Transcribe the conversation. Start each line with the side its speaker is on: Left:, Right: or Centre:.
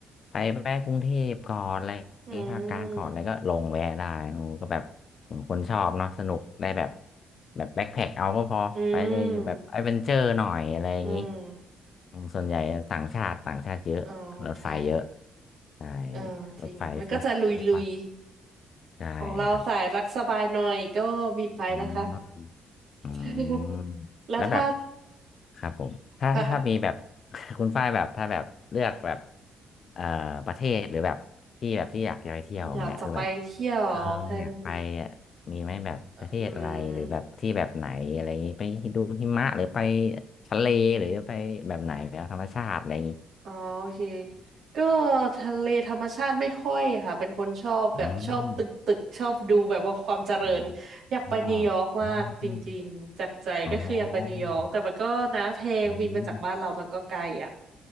Left: ไปแวะกรุงเทพก่อนอะไรอย่างงี้ภาคกลางก่อนอะไรก็ลงแวะได้โอ้ก็แบบเหมือนคนชอบเนาะสนุกได้แบบ
Right: อืม
Left: แบบแบ็คแพ็คเอาก็พอไปเลยแบบแอดเวนเจอร์หน่อยอะไรอย่างงี้
Right: อืม อืม
Left: อืมส่วนใหญ่ต่างชาติต่างชาติเยอะรถไฟเยอะ
Right: อ๋อใช่
Left: ใช่
Right: เออจริง
Left: รถไฟรถรถไฟ
Right: มันก็จะลุยๆ
Left: ใช่ครับ
Right: ของเราสายรักสบายหน่อยก็บินไปนะคะ
Left: อืม อืม
Right: <laughs> แล้วถ้า
Left: แล้วแบบ
Right: <laughs>
Left: ครับผมถ้าถ้าถ้ามีแบบ
Right: ค่ะ
Left: <laughs> คุณฝ้ายแบบถ้าแบบเลือกแบบเอ่อประเทศหรือแบบที่แบบที่อยากจะไปเที่ยวอย่างเงี้ยคือแบบ
Right: อยากจะไปเที่ยวแพน
Left: เอออยากไปอ่ะมีไหมแบบประเทศอะไรหรือแบบที่แบบไหนอะไรอย่างงี้ไปดูหิมะหรือไป
Right: อืม
Left: ทะเลหรือไปแบบไหนแบบธรรมชาติอะไรอย่างงี้
Right: อ๋อโอเค ก็ทะเลธรรมชาติไม่ค่อยค่ะ เป็นคนชอบแบบชอบตึกตึกชอบดูแบบว่าความเจริญ
Left: อืมอ๋
Right: อยากไปนิวยอร์กมากจริงๆ
Left: ออ๋อ
Right: จากใจก็คืออยากไปนิวยอร์กแต่มันก็นะแพงบินไปจากบ้านเรามันก็ไกลอ่ะ
Left: อ๋ออ๋ออืม